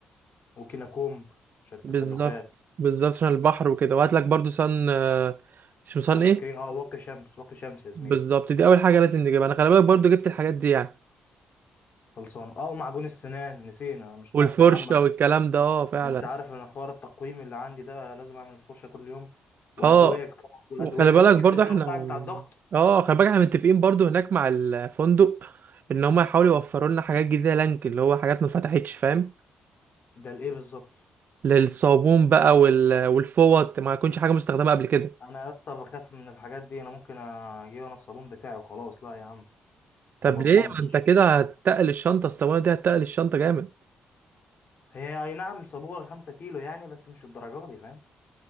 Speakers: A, on the left; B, on the right.
A: وكينا كومب عشان التسلخات
B: بالظبط بالظبط عشان البحر وكده وهات لك برضه صن آه، مش
A: سان
B: صن ايه
A: سكرين اه واقي شمس واقي شمس يا زميلي
B: بالظبط دي اول حاجه لازم نجيبها انا خلي بالك برضه جبت الحاجات دي يعني
A: خلصانه اه ومعجون السنان نسينا مش
B: والفرشه
A: ناقصه يا عم
B: والكلام ده اه فعلا
A: انت عارف ان حوار التقويم اللي عندي ده لازم اعمل الفرشه كل يوم وادويه
B: اه
A: طبعا والادويه
B: وخلي بالك
A: جبت
B: برضه
A: الدواء
B: احنا
A: بتاعك بتاع الضغط
B: اه خلي بالك احنا متفقين برضه هناك مع الفندق ان هم يحاولوا يوفروا لنا حاجات جديده لانك اللي هو حاجات ما فتحتش فاهم
A: ده لايه بالظبط
B: للصابون بقى وال... والفوط ما يكونش حاجه مستخدمه قبل كده
A: انا يا اسطى بخاف من الحاجات دي انا ممكن اجيب انا الصابون بتاعي وخلاص لا يا عم
B: طب
A: ما بضمنش
B: ليه ما انت كده هتتقل الشنطه الصواني دي هتتقل الشنطه جامد
A: هي اي نعم صابوها خمسة كيلو يعني بس مش الدرجه دي فاهم